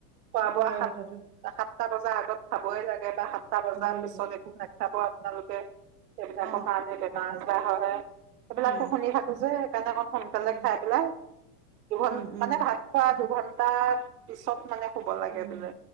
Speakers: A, on the right; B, on the right.
A: খোৱা বোৱা
B: হয়
A: সাত
B: কথাটো
A: সাতটা বজাৰ আগত খাবই লাগে, বা সাতটা বজাৰ
B: খাবই
A: পিছত
B: লাগে
A: একো নেখাব আপোনালোকে সেইবিলাকৰ
B: অ',
A: কাৰণে বেমাৰ আজাৰ হয়। সেইবেলাকো
B: উম,
A: শুনি থাকো যে, সেইকাৰণে অকণ সোনকালে
B: উম,
A: খাই পেলাই দুঘন
B: উম, উম,
A: মানে ভাত খোৱা দুঘন্টা পিছত মানে শুব লাগে
B: উম,
A: বোলে,